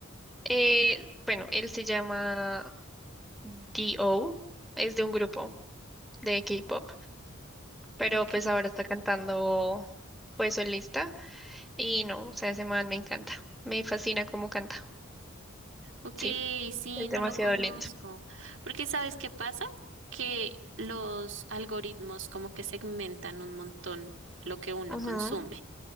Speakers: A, in the centre; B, on the right.
A: eh, bueno, él se llama D.O., es de un grupo de K-pop, pero
B: Ok,
A: pues ahora está cantando pues solista y no, o sea, ese man me encanta, me fascina cómo canta,
B: ok,
A: sí,
B: sí,
A: es
B: no
A: demasiado
B: lo conozco.
A: lindo.
B: Porque ¿sabes qué pasa? Que los algoritmos como que segmentan un montón lo que uno
A: Ajá.
B: consume.